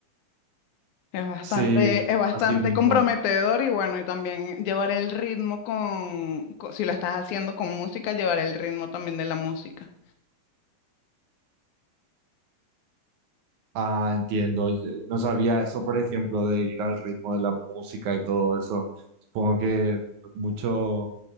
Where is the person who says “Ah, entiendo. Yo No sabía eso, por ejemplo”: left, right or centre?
Right